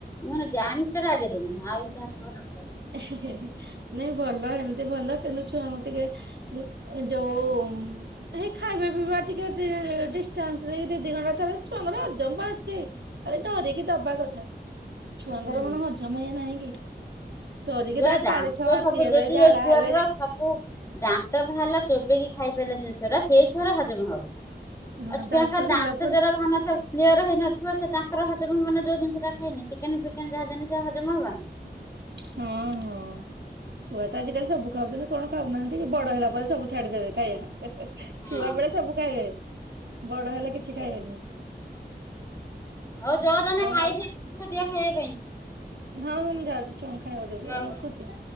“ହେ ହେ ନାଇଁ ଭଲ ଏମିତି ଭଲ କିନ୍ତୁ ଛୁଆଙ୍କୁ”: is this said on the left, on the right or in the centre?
Right